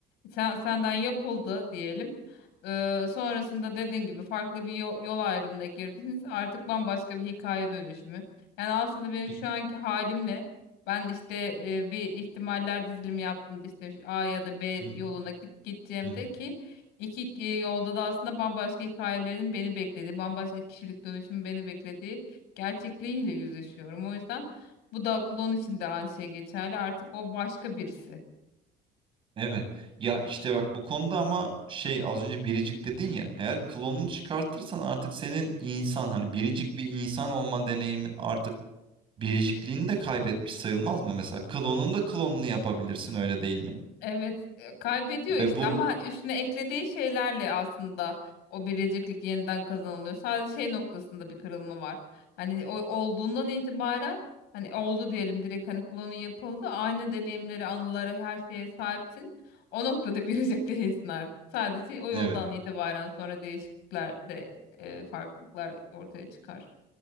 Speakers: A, on the left; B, on the right.
A: Sen, senden yapıldı diyelim. Ee, sonrasında dediğin gibi farklı bir yol, yol ayrımına girdiniz. Artık bambaşka bir hikaye dönüşümü. Yani aslında benim
B: Bir-
A: şu anki halimle ben işte e, bir ihtimaller dizilimi yaptığımda işte A ya da B yoluna
B: Hı hı,
A: git, gideceğimde
B: hı hı.
A: ki iki e, yolda da aslında bambaşka hikayelerin beni beklediği, bambaşka kişilik dönüşümü beni beklediği gerçekliğiyle yüzleşiyorum. O yüzden bu da klon için de aynı şey geçerli. Artık o başka birisi.
B: Evet. Ya işte bak bu konuda ama şey az önce biricik dedin ya eğer klonunu çıkartırsan artık senin insan hani biricik bir insan olma deneyimin artık biricikliğini de kaybetmiş sayılmaz mı mesela? Klonun da klonunu yapabilirsin öyle değil mi?
A: Evet, e, kaybediyor işte
B: Ve bu
A: ama üstüne eklediği şeylerle aslında o biriciklik yeniden kazanılıyor. Sadece şey noktasında bir kırılma var. Hani o olduğundan itibaren hani oldu diyelim direkt hani klonu yapıldı. Aynı deneyimlere, anılara, her şeye sahipsin. O noktada <laughs> biricik değilsin artık. Sadece o yoldan
B: evet
A: itibaren sonra değişiklikler de e, farklılıklar ortaya çıkar.